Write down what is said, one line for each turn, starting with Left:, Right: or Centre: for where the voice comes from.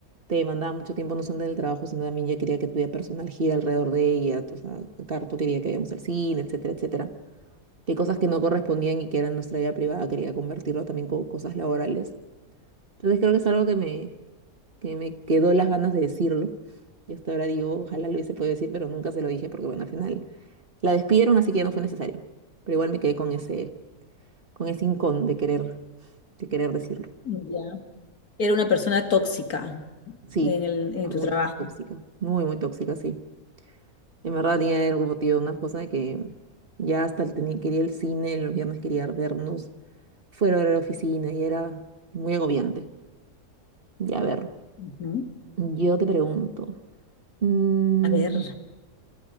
Right: te demandaba mucho tiempo no solo en el trabajo, sino también yo quería que tu vida personal gira alrededor de ella, o sea, Carto quería que vayamos al cine, etcétera, etcétera. Que cosas que no correspondían y que eran nuestra vida privada, quería convertirlo también con cosas laborales. Entonces creo que es algo que me, que me quedó las ganas de decirlo. Y hasta ahora digo, ojalá lo hubiese podido decir, pero nunca se lo dije porque, bueno, al final la despidieron, así que ya no fue necesario. Pero igual me quedé con ese, con ese hincón de querer, de querer decirlo.
Left: Ya. Era una persona tóxica
Right: Sí,
Left: en el, en
Right: era
Left: tu
Right: muy
Left: trabajo.
Right: tóxica, muy, muy tóxica, sí. En verdad tenía algo motivo, una cosa de que ya hasta el tenía, quería el cine, los viernes quería vernos fuera de la oficina y era muy agobiante. Ya, a ver,
Left: Ujú.
Right: yo te pregunto, mm,
Left: A ver,